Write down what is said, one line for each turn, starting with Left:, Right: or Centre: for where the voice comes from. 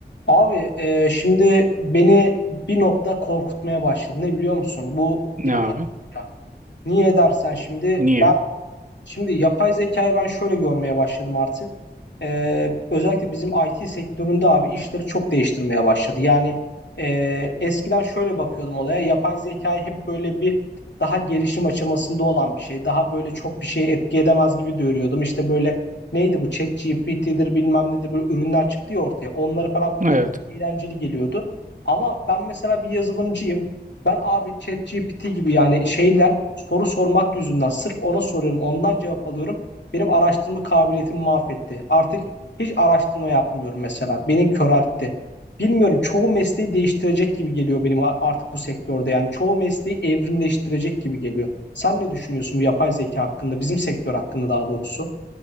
Left: Abi e, şimdi beni bir nokta korkutmaya başladı. Ne biliyor musun? Bu
Right: Ne
Left: yapay
Right: abi?
Left: zeka. Niye dersen şimdi
Right: Niye?
Left: ben Şimdi yapay zekayı ben şöyle görmeye başladım artık. Ee, özellikle bizim IT sektöründe abi işleri çok değiştirmeye başladı. Yani e, eskiden şöyle bakıyordum olaya. Yapay zekayı hep böyle bir daha gelişim aşamasında olan bir şey. Daha böyle çok bir şey etki edemez gibi görüyordum. İşte böyle neydi bu ChatGPT'dir bilmem nedir böyle ürünler çıktı ya ortaya. Onları falan kullanmak
Right: Evet.
Left: eğlenceli geliyordu. Ama ben mesela bir yazılımcıyım. Ben abi ChatGPT gibi yani şeyle soru sormak yüzünden sırf ona soruyorum, ondan cevap alıyorum. Benim araştırma kabiliyetimi mahvetti. Artık hiç araştırma yapmıyorum mesela. Beni köreltti. Bilmiyorum çoğu mesleği değiştirecek gibi geliyor benim a- artık bu sektörde. Yani çoğu mesleği evrimleştirecek gibi geliyor. Sen ne düşünüyorsun bu yapay zeka hakkında, bizim sektör hakkında daha doğrusu?